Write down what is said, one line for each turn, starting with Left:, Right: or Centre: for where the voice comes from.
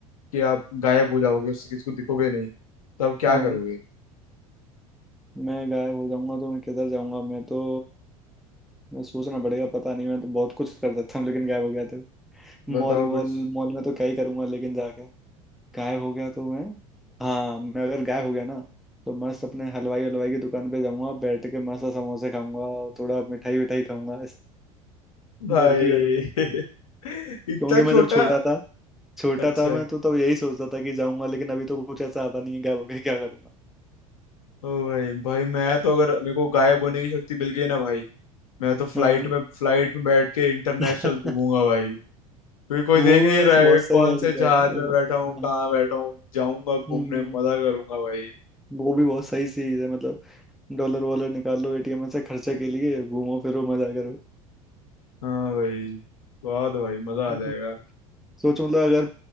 Left: कि आप गायब हो जाओगे उससे किसी को दिखोगे नहीं तो आप क्या
Centre: हाँ
Left: करोगे
Centre: मैं गायब हो जाऊंगा तो मैं किधर जाऊंगा मैं तो मैं सोचना पड़ेगा पता नहीं मैं तो बहुत कुछ कर सकता हूँ लेकिन गायब हो गया था मॉल
Left: बताओ
Centre: वॉल
Left: कुछ
Centre: मॉल में तो क्या ही करूंगा लेकिन जाके गायब हो गया तो मैं हाँ मैं अगर गायब हो गया ना तो मस्त अपने हलवाई हलवाई की दुकान पे जाऊंगा बैठ के मस्त समोसे खाऊंगा और थोड़ा मिठाई विठाई खाऊंगा
Left: भाई
Centre: बर्फी बर्फी
Left: <laughs> इतना
Centre: क्योंकि
Left: छोटा
Centre: मैं जब छोटा था छोटा
Left: अच्छा
Centre: था मैं तो तब यही सोचता था कि जाऊंगा लेकिन अभी तो कुछ ऐसा आता नहीं है गायब हो गया क्या करूंगा
Left: ओ भाई भाई मैं तो अगर मेरे को गायब होने की शक्ति मिल गई ना भाई मैं तो फ्लाइट
Centre: हाँ
Left: में फ्लाइट में बैठ के इंटरनेशनल
Centre: <laughs>
Left: घूमूंगा भाई क्योंकि कोई
Centre: वो
Left: देख नहीं
Centre: बस
Left: रहा
Centre: बहुत
Left: है
Centre: सही
Left: कौन
Centre: आइडिया
Left: से जहाज
Centre: है वो
Left: में बैठा हूँ
Centre: हाँ,
Left: कहाँ बैठा हूँ जाऊंगा घूमने
Centre: हम्म
Left: मजा करूंगा भाई
Centre: वो भी बहुत सही चीज है मतलब डॉलर वॉलर निकाल लो एटीएम से खर्चे के लिए घूमो फिरो मजा करो
Left: हाँ भाई स्वाद है भाई मजा
Centre: <laughs>
Left: आ जाएगा
Centre: सोच मतलब अगर